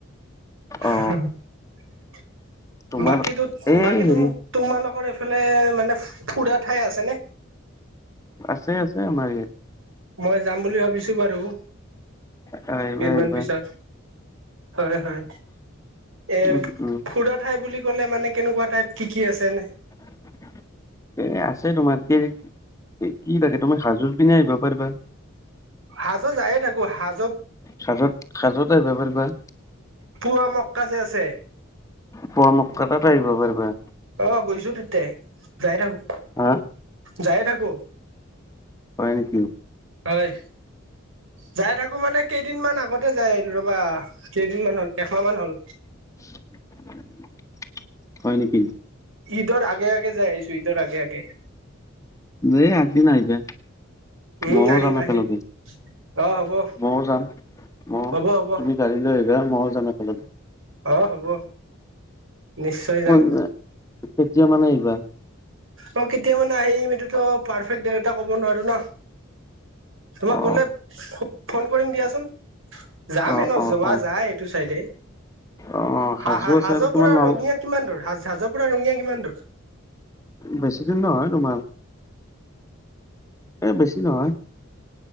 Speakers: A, on the left; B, on the right.
A: অ
B: <unintelligible>
A: তোমাৰ
B: বাকীো
A: এই
B: বাকী তো
A: হেৰি
B: তোমালোকৰ এইফালে মানে ফুৰা ঠাই আছে ন
A: আছে আছে আমাৰ ইয়াত
B: মই যাম বুলি ভাবিছো বাৰু
A: আহ আহিব
B: কেইদিনমান
A: আহিব
B: পিছত হয় হয় এৰ
A: উম উম
B: খুৰাা ঠাই বুলি ক'লে মানে কেনেকুৱা টাইপ কি কি আছেনে
A: <inaudible> আছে তোমাৰ কি, কি লাগে তোমাৰ সাজোৰ পিন্ধিয়েই আহিব পাৰিবা।
B: হাজত যায়ে থাকোঁ, হাজত
A: সাজত, সাজত আহিব পাৰিবা।
B: পোৱামক্কা যে আছে
A: পুৱা মোক কেটাত আহিব পাৰিবা?
B: অ' গৈছোঁ তেতে, যাই থাকোঁ,
A: হা
B: যায়ে থাকোঁ।
A: হয় নেকি।
B: হয়। যাই থাকোঁ মানে, কেইদিনমান আগতে যাই আহিলোঁ ৰ'বা, কেইদিনমান হ'ল একমাহ মান হ'ল।
A: <inaudible> হয় নেকি।
B: ঈদৰ আগে আগে যাই আহিছোঁ, ঈদৰ আগে আগে
A: এ আগদিন আহিবা,
B: উম
A: ময়ো
B: আহিম
A: যাম একেলগে।
B: আহিম অ হ'ব।
A: ময়ো যাম, মইও
B: হ'ব হ'ব
A: তুমি গাড়ী লৈ আহিবা ময়ো যাম একেলগে
B: অ' হ'ব, নিশ্চয়
A: কোন
B: যাম।
A: কেতিয়া মানে আহিবা?
B: অ, কেতিয়া মানে আহিম এইটোতো পাৰফেক্ট ডেট এটা ক'ব নোৱাৰোঁ ন। তোমাক
A: অ
B: গলে খু ফোন কৰিম দিয়াচোন যামে
A: অ
B: ন
A: অ
B: যোৱা
A: অ
B: যায় এইটো চাইডে
A: অ সাজু
B: হা হা
A: আছে
B: হাজোৰ
A: আৰু তোমাৰ
B: পৰা
A: নল
B: ৰঙিয়া কিমান দূৰ, হা হাজোৰ পৰা ৰঙিয়া কিমান দূৰ?
A: বেছি দিন নহয় তোমাৰ এই বেছি নহয়